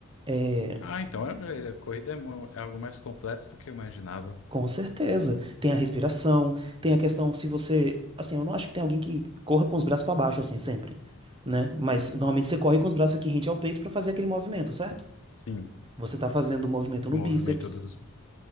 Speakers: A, on the right; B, on the left.
A: é,
B: Ah, então é- é- a corrida é, mo- é algo mais completo do que eu imaginava.
A: Com certeza. Tem a respiração, tem a questão se você. Assim, eu não acho que tem alguém que corra com os braços para baixo, assim, sempre, né? Mas normalmente você corre com os braços aqui rente ao peito para fazer aquele movimento, certo?
B: Sim,
A: Você tá fazendo o movimento
B: movimento
A: no bíceps,
B: dos.